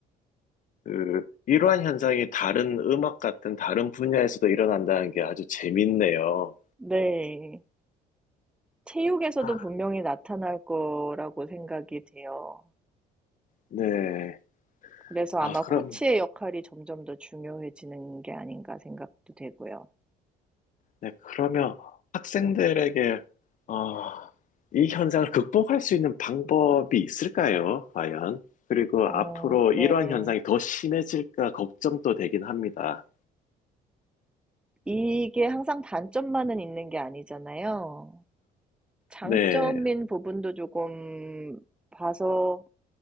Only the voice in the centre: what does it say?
네. 체육에서도
분명히 나타날 거라고 생각이 돼요.
그래서
아마
코치의 역할이 점점 더 중요해지는 게 아닌가 생각도 되고요.
어,
네.
이게 항상 단점만은 있는 게 아니잖아요. 장점인
부분도 조금 봐서